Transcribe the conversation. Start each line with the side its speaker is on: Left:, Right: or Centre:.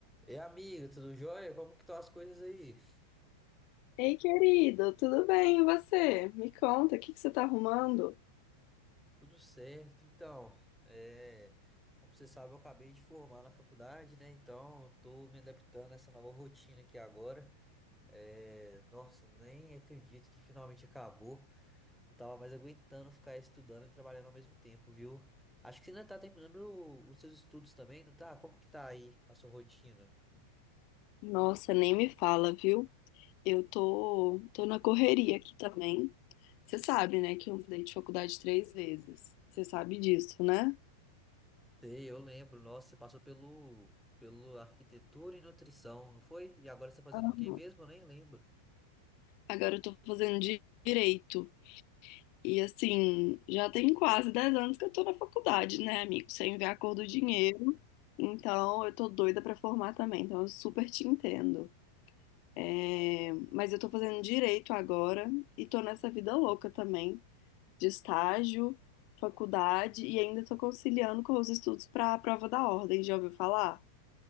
Centre: E amiga, tudo jóia? Como que estão as coisas aí?
Left: Ei, querido, tudo bem? E você? Me conta, o que que você tá arrumando?
Centre: Tudo certo, então. é, como você sabe, eu acabei de formar na faculdade, né? Então, eu tô me adaptando a essa nova rotina aqui agora. É, nossa, nem acredito que finalmente acabou. Não tava mais aguentando ficar estudando e trabalhando ao mesmo tempo, viu? Acho que você ainda tá terminando os seus estudos também, não tá? Como que tá aí a sua rotina?
Left: Nossa, nem me fala, viu? Eu tô, tô na correria aqui também. Você sabe, né, que eu mudei de faculdade três vezes. Você sabe disso, né?
Centre: Sei, eu lembro. Nossa, você passou pelo, pelo arquitetura e nutrição, não foi? E agora você tá fazendo
Left: Aham.
Centre: o quê mesmo? Eu nem lembro.
Left: Agora eu tô fazendo di- direito. E assim, já tem quase 10 anos que eu tô na faculdade, né, amigo? Sem ver a cor do dinheiro. Então, eu tô doida pra formar também. Então, eu super te entendo. É, mas eu tô fazendo direito agora e tô nessa vida louca também, de estágio, faculdade e ainda tô conciliando com os estudos para a prova da ordem, já ouviu falar?